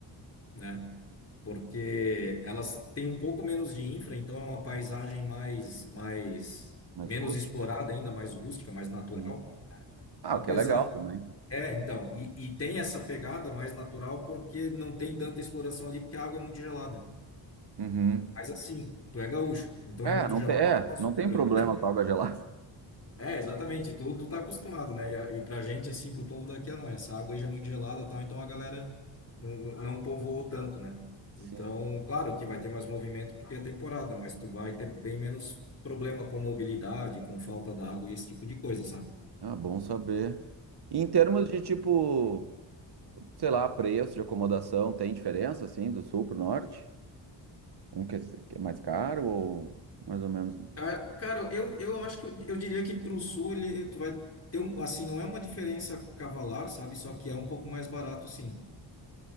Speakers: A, on the left; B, on the right.
A: né? Porque elas têm um pouco menos de infra, então é uma paisagem mais, mais
B: Mas
A: menos
B: rústico.
A: explorada ainda, mais rústica, mais natural.
B: Uhum. Ah,
A: Apesar,
B: o que é legal também.
A: é, então, e, e tem essa pegada mais natural porque não tem tanta exploração ali, porque a água é muito gelada.
B: Uhum.
A: Mas assim, tu é gaúcho, então
B: É,
A: é muito
B: não
A: gelado
B: tem, é,
A: pro nosso
B: não
A: padrão.
B: tem problema
A: <laughs>
B: com água gelada.
A: É, exatamente, tu, tu tá acostumado, né? E, a- e pra gente, assim, pro povo daqui, ah, não, essa água aí já é muito gelada e tal, então a galera não, não não povoou tanto, né?
B: Sim.
A: Então, claro que vai ter mais movimento porque é temporada, mas tu vai ter bem menos problema com mobilidade, com falta da água e esse tipo de coisa, sabe?
B: Ah, bom saber. E em termos de tipo. Sei lá, preço de acomodação tem diferença, assim, do sul pro norte? Um que é que é mais caro ou mais ou menos.
A: Ca- Cara, eu, eu acho que eu, eu diria que para o sul ele, tu vai ter um, assim, não é uma diferença cavalar, sabe? Só que é um pouco mais barato, sim.